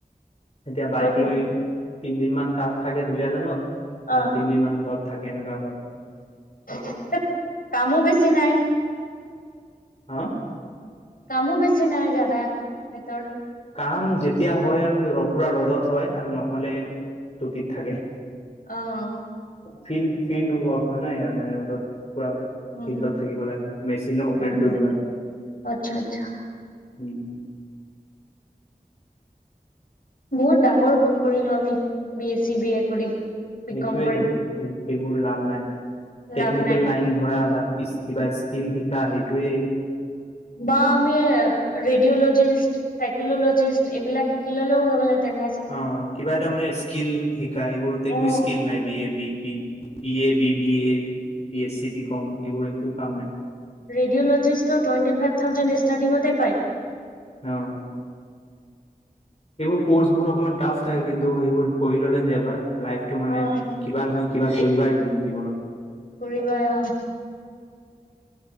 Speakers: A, on the left; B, on the left.
A: এতিয়া বাইক
B: হয়তো
A: লৈ তিনদিন মান তাত থাকে দুলীয়াজানত, আহ
B: অ',
A: তিন দিন মান ঘৰত থাকে এনেকুৱা হয়।
B: <inaudible> কামো বেছি নাই।
A: হা?
B: কামো বেছি নাই দাদা হঁতৰ।
A: কাম যেতিয়া হয় আৰু পোৰা ৰ'দত হয়, আৰু নহলে চুতিত থাকে।
B: অঁ।
A: ফিল্ড ফিল্ড ৱৰ্ক হয় ন ইয়াৰ মানে ৰ'দত পোৰা
B: উম,
A: ফিল্ডত থাকিব লাগে মেচিন অপাৰেট
B: উম,
A: কৰিব লাগে,
B: আচ্ছা, আচ্ছা
A: উম।
B: বহুত ডাঙৰ ভুল কৰিলো আমি B S C, B A কৰি। বি
A: এইটোৱেইতো
B: কম কৰি
A: এইবোৰ লাভ নাই, টেকনিকেল
B: লাভ নাই
A: লাইন ধৰা বা কিছ কিবা স্কিম শিকা সেইটোৱেই
B: বা আমি ৰেডিঅ'লজিষ্ট, চাইকললজিষ্ট এইবিলাক শিকি ললেও হৈ গল হেতেনে
A: অঁ কিবা এটা মানে স্কিল শিকা এইবোৰতে
B: অ',
A: একো স্কিল নাই B A B B A B B A, B S C, BCom এইবোৰৰ একো কাম নাই।
B: ৰেডিঅ'লজিষ্ট টো টোৱেণ্টি ফাইভ থাউজেণ্ড ষ্টাৰ্টিঙতে পায়।
A: অঁ। সেইবোৰ কৰ্চবোৰ অকমান টাফ থাকে কিন্তু এইবোৰ পঢ়ি ল'লে যে এবাৰ লাইফটো মানে
B: অ',
A: কিবা নহয় কিবা কৰিবাই তুমি জীৱনত।
B: কৰিবাই অহ।